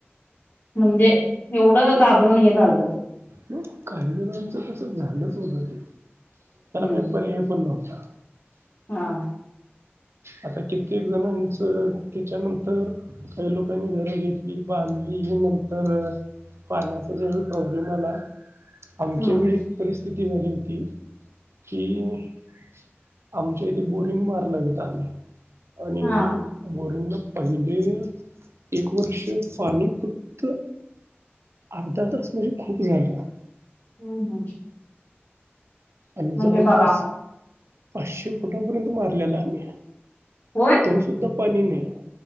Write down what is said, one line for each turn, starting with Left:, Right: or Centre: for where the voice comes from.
Left: म्हणजे एवढं घाबरून हे झालत ते.
Right: म काही जणांचं तसं झालंच होत ते त्याला
Left: हम्म
Right: काही पर्याय पण नव्हता.
Left: हा.
Right: आता कित्येक जणांचं तिच्यानंतर काही लोकांनी घर घेतली, बांधली ही नंतर.. पाण्याचा ज्यावेळी प्रॉब्लेम आला आमच्या
Left: हम्म
Right: वेळी परिस्थिती वाली होती की आमच्या इथं बोरिंग मारलं होतं आम्ही. आणि
Left: हा
Right: बोरिंगला पहिले एक वर्ष पाणी फक्त अर्धा तास म्हणजे खूप झालं.
Left: हम्म -हम्म
Right: आणि
Left: म्हणजे
Right: जवळपास
Left: बघा मग
Right: पाचशे फुटापर्यंत मारलेला आम्ही.
Left: होय?
Right: तरी सुुद्धा पाणी नाही.